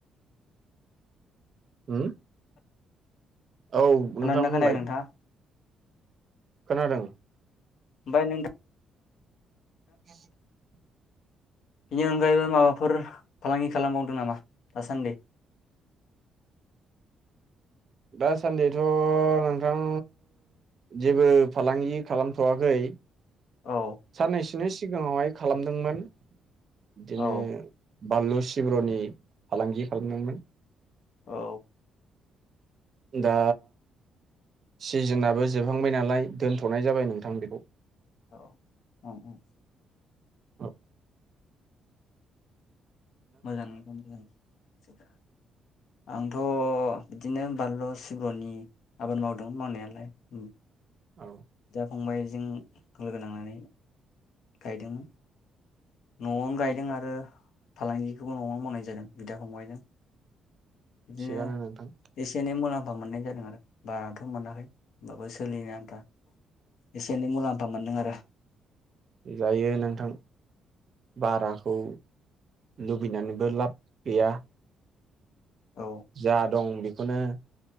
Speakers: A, on the right; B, on the left.
A: होम औ
B: खोनादोंना
A: नोंथां बुंलाय।
B: खोनायाखै नोंथाङा
A: खोनादों।
B: ओमफाय नों
A: <unintelligible>
B: बेनि अनगायैबो माबाफोर फालांगि खालामबावदों नामा दासान्दि?
A: दासान्दिथ' नोंथां जेबो फालांगि खालामथ'वाखै।
B: औ
A: साननैसिनिस सिगाङावहाय खालामदोंमोन। बिदिनो
B: औ
A: बानलु सिब्र'नि फालांगि खालामदोंमोन।
B: औ
A: दा सिजोनाबो जोबहांबाय नालाय दोनथ'नाय जाबाय नोंथां बेखौ।
B: औ उम उम।
A: ओ
B: मोजां नोंथां मोजां। आंथ' बिदिनो बानलु सिब्रनि आबाद मावदोंमोन मावनायालाय उम।
A: औ
B: फंबायजों लोगो नांनानै गायदोंमोन। न'आवनो गायदों आरो फालांगिखौबो न'आवनो मावनाय जादों बिदा फंबायजों। बिदिनो
A: थिगानो नोंथां
B: एसे एनै मुलाम फा मोननाय जादों आरो बाराथ' मोनाखै होनबाबो सोलिनो आन्था एसे एनै मुलाम्फा मोनदों आरो।
A: जायो नोंथां बाराखौ लुबैनानैबो लाब गैया।
B: औ
A: जा दं बे खौनो